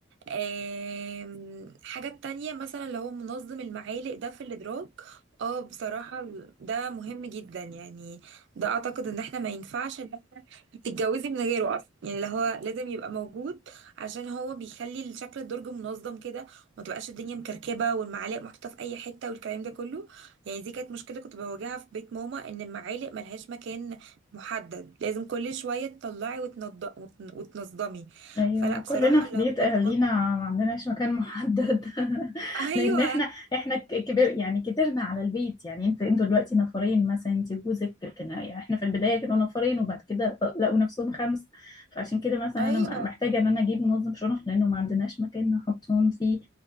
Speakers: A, on the right; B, on the left.
A: آم، حاجة تانية مثلا اللي هو منظم المعالق ده في الإدراك اه بصراحة ال- ده مهم جدا يعني ده أعتقد إن احنا ما ينفعش إن إنتي تتجوزي من غيره أصلا يعني اللي هو لازم يبقى موجود عشان هو بيخلي شكل الدرج منظم كده وما تبقاش الدنيا مكركبة والمعالق محطوطة في أي حتة والكلام ده كله يعني دي كانت مشكلة كنت بواجهها في بيت ماما إن المعالق ملهاش مكان محدد لازم كل شوية تطلعي وتنض... وتن- وتنظمي
B: ايوه
A: فلا
B: كلنا
A: بصراحة
B: في
A: اللي
B: بيت
A: هو
B: اهالينا ما عندناش مكان محدد <laughs>
A: ايوه
B: لان احنا احنا ك- كبر يعني كترنا على البيت يعني انت انتوا دلوقتي نفرين مثلا انت وجوزك لكن يعني احنا في البدايه كانوا نفرين وبعد كده ط- لقوا نفسهم خمس فعشان كده مثلا
A: ايوه
B: انا م- محتاجه ان انا اجيب منظم شرف لانه ما عندناش مكان نحطهم فيه